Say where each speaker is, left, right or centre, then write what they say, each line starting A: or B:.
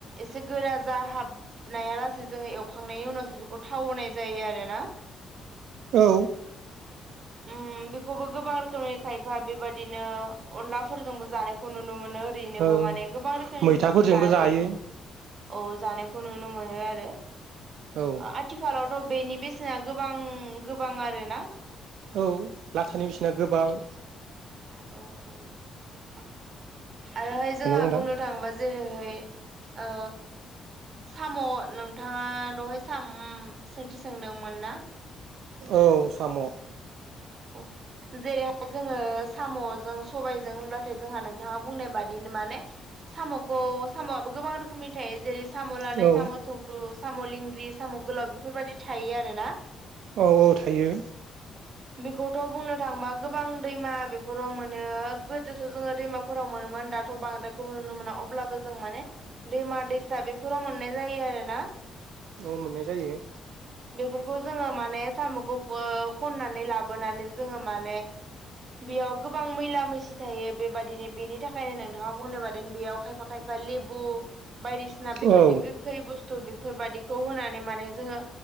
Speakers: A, on the right (about 45°); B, on the right (about 80°).
A: एसे गोरा जाहाबनाया लासेै जोङो एवखांनायनि उनावस सो बेखौ थाव होनाय जायो आरो ना।
B: औ
A: उम बेखौबो गोबां रोखोमनि खायफा बेबाद दिनो अनलाफोरजोंबो जानायखौ नुनो <unintelligible> मोनो ओरैनोबो
B: औ
A: माने गोबां रोखोमनि
B: मैथाफोरजोंबो
A: बेबायदि जानायखौ
B: जायो
A: जों औ जानायखौ नुनो मोनो आरो ओ
B: औ
A: आथिखालाव थ' बेनि बेसेना गोबां गोबां आरो ना
B: औ लाथानि बिसिना गोबां
A: औ औ आरोहाय जोंहा
B: हेल' नोंथां
A: बुंनो थाङोबा जेरैहाय ओ साम' नोंथाङा दहाय साम सोंथि सोंदोंमोन ना
B: औ साम'
A: औ जेरैहाय जोङो साम'जों सबायजों होनब्लाथाय जोंहा नोंथाङा बुंनाय बादि नो माने साम'खौ साम'आबो गोबां रोखोमनि थायो जेरै स साम'
B: औ
A: लादाय साम' थुमफ्रु साम' लिंग्रि साम' गोलाव बेफोरबायदि थायो आरो ना
B: औ औ थायो।
A: बेखौथ' बुंनो थांबा गोबां दैमा बेफोराव मोनो गोदोथ' जोङो दैमाफोराव मोनोमोन दा दाथ' बांद्रायखौबो नुनो मोना अब्लाबो जों माने दैमा दैसा बेफोराव मोननाय जायो आरोना।
B: अ मोननाय जायो‌।
A: बेफोरखौ जोङो माने साम'खौ <unintelligible> खननानै लाब बोनानै जोङो माने बेयाव गोबां मैला मैसि थायो बेबायदिनो बेनि थाख खायनो नोंथाङा बुंनो बादोन बेयाव खायफा खायफा लेबु बायदिसिना बेबाददिनो
B: औ
A: गोखै बुस्थु बे <unintelligible> फोरबादिखौ होनानै माने जोङो